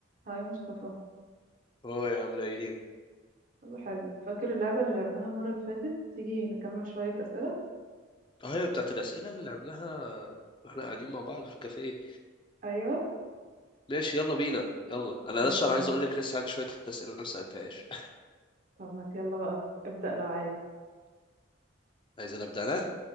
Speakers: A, on the right (about 40°); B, on the left (about 25°).
A: هاي مصطفى
B: هو يا عاملة ايه؟
A: يلا حلو فاكر اللعبة اللي لعبناها المرة اللي فاتت تيجي نكمل شوية أسئلة
B: اه هي بتاعت الأسئلة اللي لعبناها واحنا قاعدين مع بعض في الكافيه
A: أيوة
B: ماشي يلا بينا يلا أنا
A: يلا
B: لسه
A: بينا
B: أنا عايز أقول لك لسه عندي شوية أسئلة ما سألتهاش
A: طب ما يلا بقى ابدأ لو عايز
B: <laughs> عايز أنا أبدأ أنا؟